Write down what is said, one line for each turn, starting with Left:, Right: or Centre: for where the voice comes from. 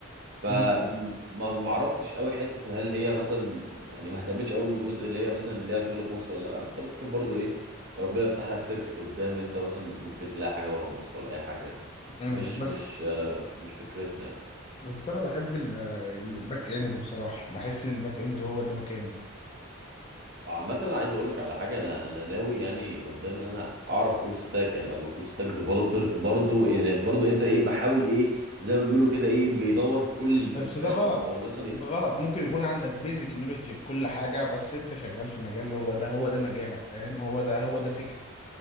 Right: فما
Left: امم
Right: ما عرفتش قوي حته هل هي مثلا يعني ما اهتمتش قوي بالجزء اللي هي مثلا ليها شغل في مصر ولا لا انت ممكن برضو ايه ربنا يفتح لك سكك قدام انت مثلا ممكن تلاقي حاجه بره مصر ولا اي حاجه يعني
Left: أمم.
Right: مش
Left: بس
Right: مش آه، مش فكرتنا يعني
Left: بس انا بحب ال- الباك اند بصراحه بحس ان الباك اند هو ده مكاني
Right: عامة انا عايز اقول لك على حاجة انا انا ناوي يعني قدام ان انا اعرف فول ستاك يعني ابقى فول ستاك ديفلوبر برضو ان برضو انت ايه بحاول ايه زي ما بيقولوا كده ايه بيدور في كل البيبان
Left: بس ده غلط
Right: او مثلا
Left: ده غلط ممكن يكون عندك بيزك نولوجي بكل حاجة بس انت شغال في مجال هو ده هو ده مجالك فاهم هو ده هو ده فكرة